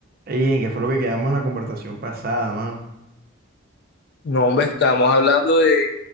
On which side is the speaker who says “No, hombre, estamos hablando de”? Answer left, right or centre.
Left